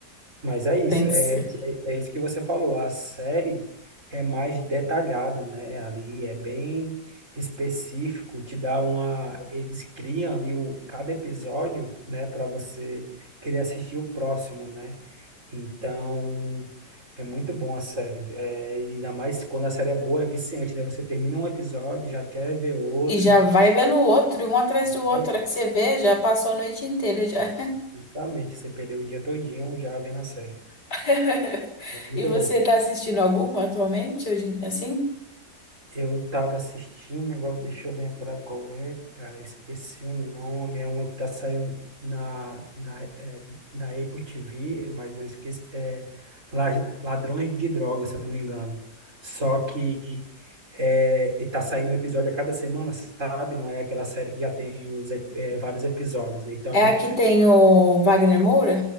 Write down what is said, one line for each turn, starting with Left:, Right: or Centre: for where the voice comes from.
Right: mas é isso,
Left: Tem que
Right: é,
Left: ser.
Right: é, é isso que você falou, a série é mais detalhado, né, ali é bem específico, te dá uma... eles criam ali o, cada episódio, né, para você querer assistir o próximo, né, Então, é muito bom a série. É, e ainda mais quando a série é boa, é viciante, né? Você termina um episódio, já quer ver outro.
Left: E já vai vendo o outro, um atrás do
Right: já
Left: outro.
Right: vai-
Left: A hora que você vê, já passou a noite inteira já.
Right: Justamente, você perdeu o dia todinho já vendo a série.
Left: <laughs>
Right: É muito
Left: E você
Right: louco.
Left: tá assistindo alguma atualmente, hoje, assim?
Right: Eu tava assistindo, agora deixa eu lembrar qual é, cara, eu esqueci o nome, é uma que tá saindo na, na, é, na Apple TV, mas eu esqueci, é La- Ladrões de Drogas, se eu não me engano. Só que é, e tá saindo um episódio a cada semana, sabe? Não é aquela série que já tem os, e- é, vários episódios. Então,
Left: É a que tem o Wagner Moura?